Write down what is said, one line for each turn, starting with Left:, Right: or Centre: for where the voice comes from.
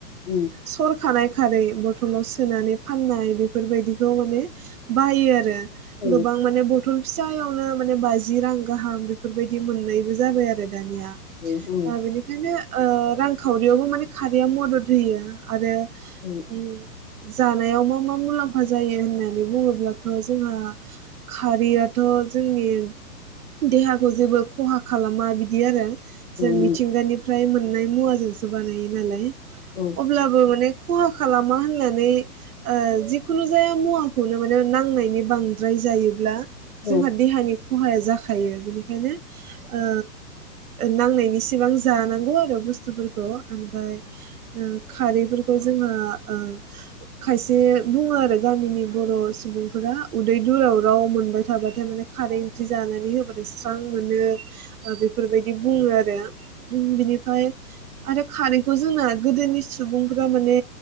Left: उम
Right: सरखानाय। खारै बथलाव सोनानै फाननाय बे। बेफोरबायदिखौ माने। बायो आरो।
Left: औ
Right: गोबां माने ब। बथल फिसायावनो माने बाजि रां गाहाम। बेफोरबायदि मोननायबो जाबाय आरो दानिया
Left: औ औ
Right: बेनिखायनो। ओ रांखावरियावबो माने खारैया मदद होयो। आरो
Left: औ
Right: उम। जानायाव मा मा मुलाम्फा जायो होननानै बुङोब्लाथ जोंहा खारियाथ जोंनि देहाखौ जेबो खहा खालामा बिदि आरो। जों
Left: नंगौ
Right: मिथिंगानि। निफ्राय मोननाय मुवाजोंसो बानायो नालाय।
Left: औ
Right: अब्लाबो माने खहा खालामा होननानै ओ जिखुनु जाया मुवाखौनो माने नांनायनि बांद्राय जायो ब्ला जोंहा
Left: औ उम औ
Right: देहानि खहाया जाखायो। बेनिखायनो ओ। नांनायनि सिबां जानांगौ आरो बुस्थुफोरखौ खौ ओमफाय ओ। खारैफोरखौ जोंहा ओ खायसे बुङो आरो गामिनि बर सुबुंफोरा उदैदुराव राव मोनबाय थाबाथाय माने खारै ओंख्रि जानानै होबाथाय स्रां मोनो। बेफोरबायदि बुङो आर <unintelligible> उम बिनिफाय आरो खारैखौ जोंना गोदोनि सुबुंफोरा माने